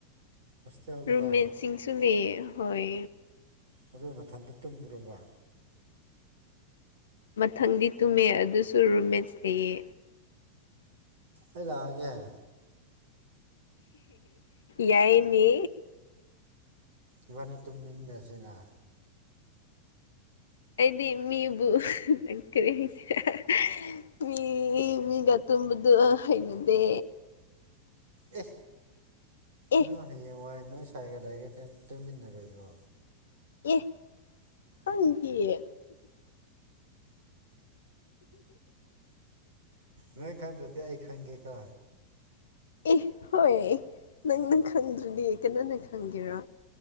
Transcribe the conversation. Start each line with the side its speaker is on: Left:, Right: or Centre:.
Right: ꯍꯣꯁꯇꯦꯜꯗꯔꯣ
Left: ꯔꯃꯦꯠ ꯁꯤꯡꯁꯨꯗꯤ ꯍꯣꯏ
Right: ꯑꯗꯨ ꯃꯊꯟꯗ ꯇꯨꯝꯈꯔꯕ
Left: ꯃꯊꯪꯗꯤ ꯇꯨꯝꯃꯦ ꯑꯗꯨꯁꯨ ꯔꯨꯝꯃꯦꯠꯁ ꯂꯩꯌꯦ
Right: ꯑꯩ ꯂꯥꯛ ꯑꯒꯦ
Left: ꯌꯥꯏꯅꯤ
Right: ꯏꯕꯥꯅꯤ ꯇꯨꯝꯃꯤꯟꯅꯕꯁꯤꯅ
Left: ꯑꯩꯗꯤ ꯃꯤꯕꯨ ꯅꯪ ꯀꯔꯤꯍꯥꯏꯁꯤ ꯔꯥ ꯃꯤ ꯃꯤꯒ ꯇꯨꯝꯝꯕꯗꯨ ꯍꯩꯅꯗꯦ
Right: ꯑꯦ
Left: ꯑꯦ
Right: ꯅꯪ ꯍꯌꯦꯡ ꯋꯥꯏ ꯅꯣꯏ ꯁꯋꯥꯒ ꯂꯩꯒꯗꯤ ꯇꯨꯃꯤꯟꯅꯔꯣꯏꯗ꯭ꯔꯣ
Left: ꯑꯦ ꯈꯪꯗꯤꯌꯦ
Right: ꯅꯣꯏ ꯈꯟꯗ꯭ꯔꯗꯤ ꯑꯩ ꯈꯪꯒꯦꯀꯣ
Left: ꯑꯦ ꯍꯣꯏ ꯅꯪꯅ ꯈꯪꯗ꯭ꯔꯗꯤ ꯀꯅꯥꯅ ꯈꯪꯒꯦꯔꯣ